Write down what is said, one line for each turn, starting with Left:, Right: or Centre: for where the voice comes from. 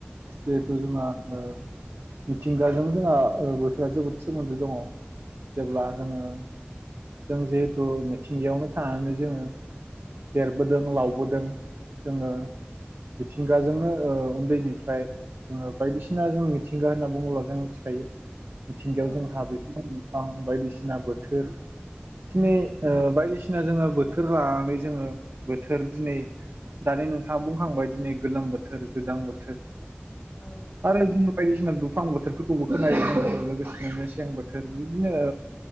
Right: जेहेथु
Left: औ
Right: जोंहा न मिथिंगाजों जोंहा बोथोरा जोबोद सोमोन्दो दङ जेब्ला
Left: औ
Right: जोङो जों जिहेथु मिथिंगायावनो थानानै जोङो देरबोदों लावबोदों जोङो मिथिंगाजोंनो ओ उन्दैनिफ्राय जोङो बायदिसिना जों मिथिंगा होनना बुङोब्ला जों मिथिखायो मिथिंगायाव
Left: औ
Right: जों हाब आं बायदिसिना बोथोर दिनै बायदिसिना जोङो बोथोर लानानै जोङो बोथोर दिनै दानि नोंथाङा बुंखांबाय दिनै गोलोम बोथोर गोजां बोथोर
Left: औ
Right: आरो जोङो बायदिसिना दुफां बोथोरफोरखौबो खोनायो जोङो लोगोसेनो मेसें बोथोर बिदिनो